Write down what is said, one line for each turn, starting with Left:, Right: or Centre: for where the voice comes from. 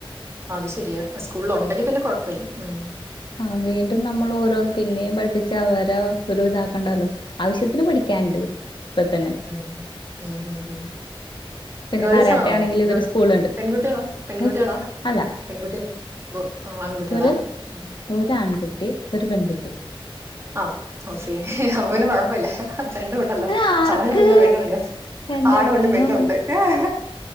Right: അത് ശരിയാ സ്കൂളിൽ ഉണ്ടെങ്കിൽ പിന്നെ കുഴപ്പല്ല ഉം
Left: ആഹ വീണ്ടും നമ്മൾ ഓരോന്ന് പിന്നെയും പഠിപ്പിച്ച് അവരെ ഒരു ഇതാക്കണ്ടല്ലോ ആവശ്യത്തിന് പഠിക്കാനുണ്ട് ഇപ്പ തന്നെ
Right: ഉം ഉം
Left: പിന്നെ
Right: ഗേൾസ്
Left: കരാട്ടെ
Right: ആണോ
Left: ആണെങ്കിൽ ഇവര്
Right: ഗേ
Left: സ്കൂളുണ്ട്
Right: പെൺകുട്ടികളാ പെൺകുട്ടികളാ
Left: ഒരു അല്ല
Right: പെൺകുട്ടി ബോ ആൺകുട്ടിയളാ
Left: ഒരു
Right: ഉം
Left: ഒരു ആൺകുട്ടി ഒരു പെൺകുട്ടി
Right: ആഹ് ഓക്കേ അപ്പൊ പിന്നെ കൊഴപ്പമില്ല രണ്ടും ഉണ്ടല്ലോ
Left: ആർക്ക്
Right: ആണും ഉണ്ട് പെണ്ണും ഉണ്ട്
Left: എന്റെ
Right: ആണും
Left: പൊന്നോ
Right: ഉണ്ട് പെണ്ണും ഉണ്ട് ആഹ്